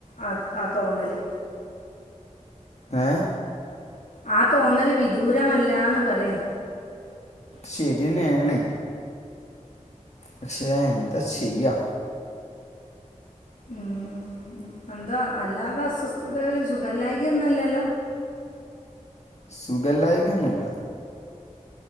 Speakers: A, on the left; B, on the left.
A: അത് ആ തോന്നല്
B: ഏഹ്
A: ആ തോന്നല് വിദൂരമല്ലാന്ന് പറയാ
B: ശരിയെന്നെയാണ് പക്ഷെ എന്താ ചെയ്യാ
A: ഉം എന്താ അല്ലാതെ അസ്വസ്ഥതകളിൽ സുഖല്ലായ്ക ഒന്നും അല്ലല്ലോ
B: സുഖല്ലായ്ക ഒന്നുല്ല